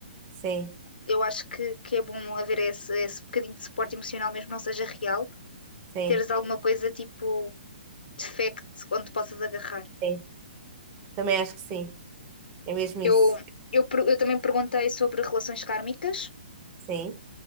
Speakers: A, on the right; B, on the left.
A: sim,
B: eu acho que, que é bom haver esse, esse bocadinho de suporte emocional, mesmo que não seja real,
A: sim,
B: teres alguma coisa tipo de fact onde possas agarrar.
A: sim. Também acho que sim. É mesmo isso.
B: Eu, eu, eu também perguntei sobre relações kármicas
A: Sim,